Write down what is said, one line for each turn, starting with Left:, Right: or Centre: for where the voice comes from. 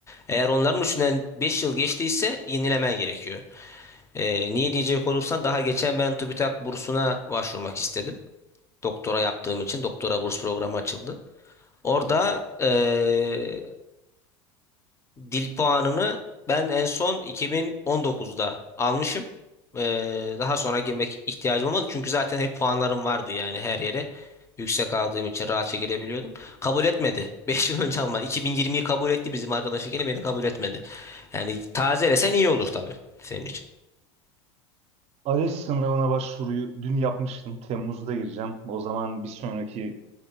Left: eğer onların üstünden 5 yıl geçtiyse yenilemen gerekiyor. Ee, niye diyecek olursan daha geçen ben TÜBİTAK bursuna başvurmak istedim. Doktora yaptığım için doktora burs programı açıldı. Orada
Right: Hı hı.
Left: eee, Dil puanını ben en son 2019'da almışım. Ee, daha sonra girmek ihtiyacım olmadı. Çünkü zaten hep puanlarım vardı yani her yere. Yüksek
Right: Anladım.
Left: aldığım için rahatça girebiliyordum. Kabul etmedi. <laughs> 5 yıl önce Alman. 2020'yi kabul etti bizim arkadaş yine beni kabul etmedi. Yani tazelesen
Right: Hadi.
Left: iyi olur tabii senin için.
Right: ALES sınavına başvuruyu dün yapmıştım. Temmuz'da gireceğim. O zaman bir sonraki